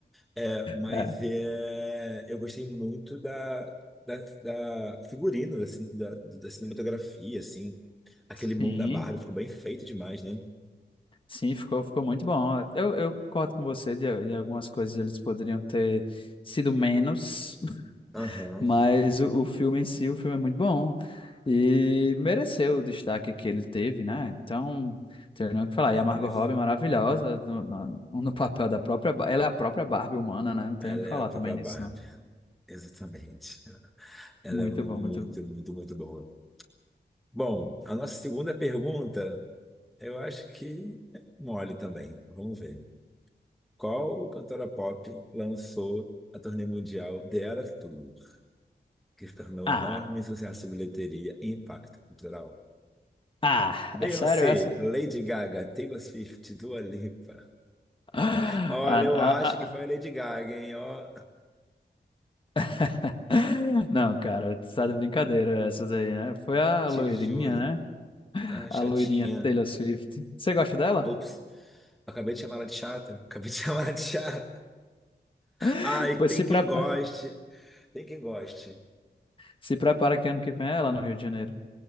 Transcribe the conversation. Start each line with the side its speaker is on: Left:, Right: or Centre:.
Centre: É, mas
Left: É,
Centre: é, eu gostei muito da, da, da figurino, da, cin- da, da cinematografia, assim. Aquele
Left: sim,
Centre: mundo da Barbie ficou bem feito demais, né?
Left: sim, ficou, ficou muito bom. Eu, eu concordo com você de, de algumas coisas eles poderiam ter sido menos,
Centre: Aham,
Left: Mas o, o filme em si, o filme é muito bom e mereceu o destaque que ele teve, né? Então, tem nem o que falar.
Centre: é
Left: E a Margot
Centre: beleza.
Left: Robbie é maravilhosa no, no, no <laughs> papel da própria, Ba- ela é a própria Barbie humana, né? Não tem
Centre: Ela
Left: o que falar
Centre: é a própria
Left: também nisso,
Centre: Barbie.
Left: não.
Centre: <laughs> Exatamente. Ela
Left: Muito
Centre: é muito,
Left: bom, muito bom.
Centre: muito, muito boa. Bom, a nossa segunda pergunta, eu acho que é mole também. Vamos ver. Qual cantora pop lançou a turnê mundial The Eras Tour? que tornou
Left: Ah,
Centre: enorme sucesso de bilheteria e impacto cultural.
Left: ah,
Centre: Beyoncé,
Left: é sério essa?
Centre: Lady Gaga, Taylor Swift, Dua Lipa.
Left: <gasps> Ah,
Centre: Olha, eu
Left: ah,
Centre: acho
Left: ah.
Centre: que foi a Lady Gaga, hein? Ó,
Left: <laughs> Não, cara, tu tá de brincadeira essa daí, né? Foi a
Centre: te
Left: loirinha,
Centre: juro.
Left: né?
Centre: Ah,
Left: A
Centre: chatinha.
Left: loirinha Taylor Swift. Você gosta dela?
Centre: Ops.
Left: <gasps>
Centre: Acabei de chamar ela de chata. Acabei de <laughs> chamar ela de chata.
Left: <laughs>
Centre: Ai,
Left: Pois
Centre: tem
Left: se
Centre: quem
Left: prepara.
Centre: goste. Tem quem goste.
Left: Se prepara que ano que vem é lá no Rio de Janeiro.